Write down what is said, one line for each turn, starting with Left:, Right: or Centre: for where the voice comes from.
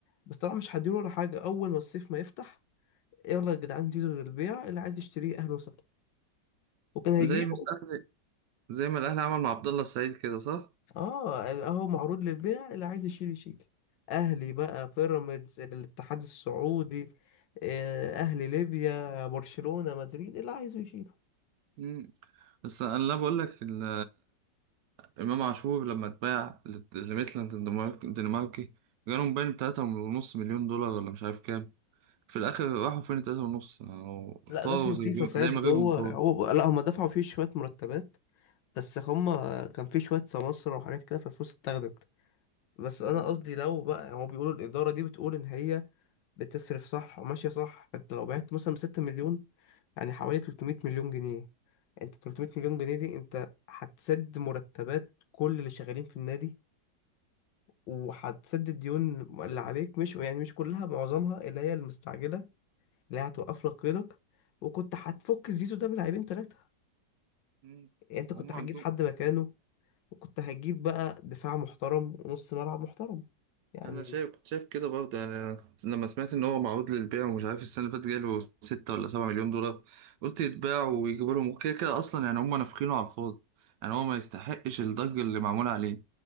Left: بس طبعا مش هديله ولا حاجة اول ما الصيف ما يفتح يلا يا جدعان زيزو للبيع اللي عايز يشتريه اهلا وسهلا وكان هيجيب
Right: زي ما الاهلي زي ما الاهلي عمل مع عبد الله السعيد كده صح
Left: اه اهو معروض للبيع اللي عايز يشيل يشيل اهلي بقى بيراميدز الاتحاد السعودي آه، اهلي ليبيا برشلونة مدريد اللي عايزه يشيله
Right: مم. بس انا لا بقول لك ال- امام عاشور لما اتباع لت- لميتلاند الدنمارك- الدنماركي جالهم باين بتلاتة ونص مليون دولار ولا مش عارف كام في الاخر راحوا فين تلاتة ونص أو
Left: لا
Right: طاروا
Left: ده كان
Right: زي
Left: فيه فساد
Right: زي ما غيرهم
Left: جوه
Right: طاروا
Left: هو لا هم دفعوا فيه شوية مرتبات بس هم كان فيه شوية سماسرة وحاجات كده فالفلوس اتاخدت بس انا
Right: مم.
Left: قصدي لو بقى هو بيقولوا الادارة دي بتقول ان هي بتصرف صح وماشية صح انت لو بعت مثلا 6 مليون يعني حوالي 300 مليون جنيه انت 300 مليون جنيه دي انت هتسد مرتبات كل اللي شغالين في النادي وهتسد الديون اللي عليك مش يعني مش كلها معظمها اللي هي المستعجلة اللي هي هتوقف لك قيدك وكنت هتفك الزيزو ده بلاعبين ثلاثة
Right: مم.
Left: يعني انت كنت
Right: هم
Left: هتجيب
Right: عندهم
Left: حد مكانه وكنت هتجيب بقى دفاع محترم ونص ملعب محترم يعني
Right: انا شايف كنت شايف كده برضه يعني أنا لما سمعت ان هو معروض للبيع ومش عارف السنه اللي فاتت جاله 6 ولا 7 مليون دولار قلت يتباع ويجيبوا لهم كده كده اصلا يعني هم نافخينه على الفاضي يعني هو ما يستحقش الضجه اللي معموله عليه